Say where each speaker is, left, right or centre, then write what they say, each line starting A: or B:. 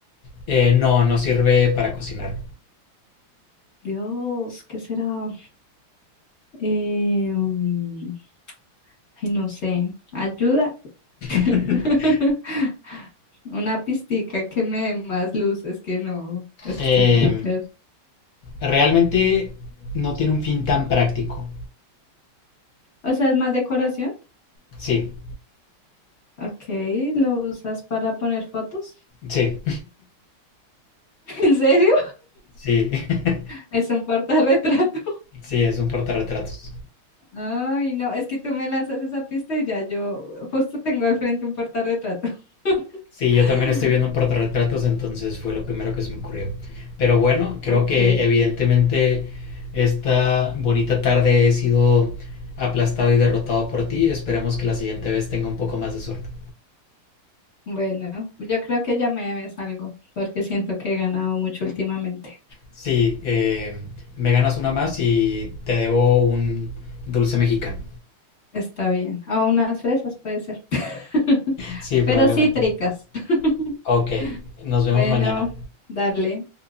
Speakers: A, on the left; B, on the left.
A: Eh, no, no sirve para cocinar.
B: Dios, ¿qué será? Eh, mm, ay, no sé, ayuda. <laughs>
A: <laughs>
B: Una pistica que me dé más luces que no. Estoy
A: Em,
B: súper.
A: Realmente no tiene un fin tan práctico.
B: O sea, es más decoración.
A: Sí,
B: Ok, ¿lo usas para poner fotos?
A: sí,
B: <laughs> ¿En serio?
A: sí, <laughs>
B: Es un portarretrato.
A: sí, es un portarretratos.
B: <laughs> Ay, no, es que tú me lanzas esa pista y ya yo justo tengo al frente un portarretrato. <laughs>
A: Sí, yo también estoy viendo un portarretratos, entonces fue lo primero que se me ocurrió. Pero bueno, creo
B: Ok,
A: que evidentemente esta bonita tarde he sido aplastado y derrotado por ti. Esperemos que la siguiente vez tenga un poco más de suerte.
B: bueno, yo creo que ya me debes algo porque siento que he ganado mucho últimamente.
A: Sí, eh, me ganas una más y te debo un dulce mexicano.
B: Está bien. O unas fresas puede ser. <laughs>
A: Sí, probablemente.
B: Pero cítricas. <laughs>
A: Ok, nos vemos
B: Bueno,
A: mañana.
B: dale.